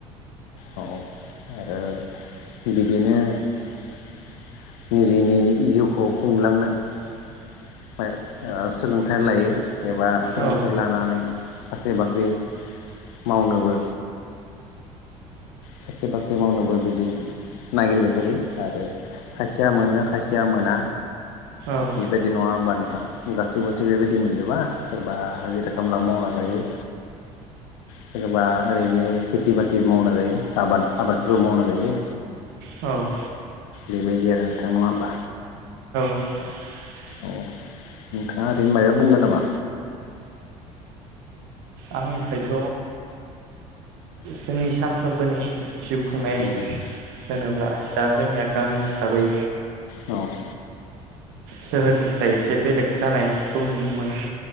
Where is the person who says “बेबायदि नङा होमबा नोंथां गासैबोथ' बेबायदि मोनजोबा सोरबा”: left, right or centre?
Left